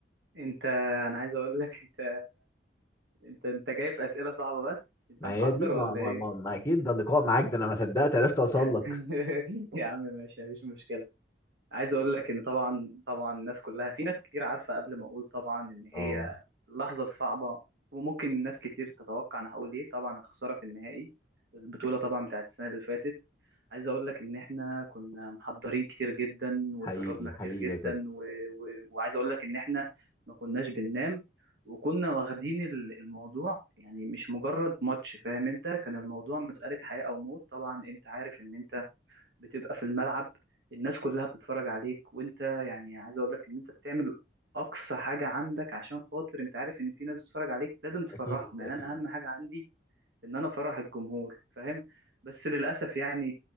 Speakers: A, on the right; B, on the left.
A: أنت أنا عايز أقول لك أنت أنت أنت جاي في أسئلة صعبة بس أنت
B: ما
A: محضر
B: هي دي ما,
A: ولا
B: ما,
A: إيه؟
B: ما, ما اكيد ده اللقاء معاك ده انا ما صدقت عرفت اوصل
A: <laughs>
B: لك
A: يا عم ماشي مفيش مشكلة عايز اقول لك ان طبعا طبعا الناس كلها في ناس كتير عارفه قبل ما اقول طبعا ان
B: اه
A: هي لحظه صعبه وممكن ناس كتير تتوقع انا هقول ايه طبعا الخساره في النهائي البطوله طبعا بتاعت السنه اللي فاتت عايز اقول لك ان احنا كنا محضرين كتير جدا واتدربنا
B: حقيقي
A: كتير
B: حقيقي
A: جدا
B: يا كابتن
A: و... و... وعايز اقول لك ان احنا ما كناش بننام وكنا واخدين ال- الموضوع يعني مش مجرد ماتش فاهم انت كان الموضوع مسألة حياة او موت طبعا انت عارف ان انت بتبقى في الملعب الناس كلها بتتفرج عليك وانت يعني عايز اقول لك ان انت بتعمل اقصى حاجه عندك عشان خاطر انت عارف ان في ناس بتتفرج عليك لازم تفرحهم
B: اكيد اكيد
A: يعني انا اهم حاجه عندي ان انا افرح الجمهور فاهم بس للاسف يعني